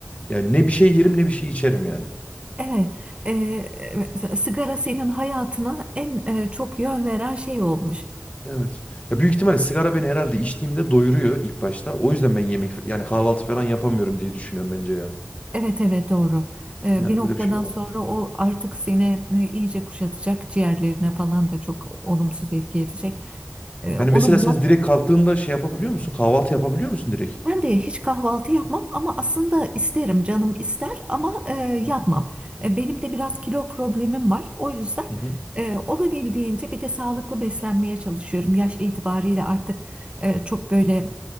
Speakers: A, on the left (about 30°); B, on the right (about 25°).
A: Yani ne bir şey yerim ne bir şey içerim yani.
B: evet. E, e, sigara senin hayatına en e, çok yön veren şey olmuş.
A: Evet. Ya büyük ihtimalle sigara beni herhalde içtiğimde doyuruyor ilk başta. O yüzden ben yemek yani kahvaltı falan yapamıyorum diye düşünüyorum bence ya.
B: Evet, evet, doğru. E,
A: Yani
B: bir noktadan
A: böyle bir şey de olabilir.
B: sonra o artık seni e, iyice kuşatacak, ciğerlerine falan da çok olumsuz etki edecek. E,
A: Yani
B: onu
A: mesela sen
B: bırak.
A: direkt kalktığında şey yapabiliyor musun? Kahvaltı yapabiliyor musun direkt?
B: Ben de hiç kahvaltı yapmam ama aslında isterim, canım ister ama e,
A: Hı
B: yapmam.
A: hı.
B: E, benim de biraz kilo problemim var. O yüzden
A: Hı hı.
B: e, olabildiğince bir de sağlıklı beslenmeye çalışıyorum. Yaş itibariyle artık e, çok böyle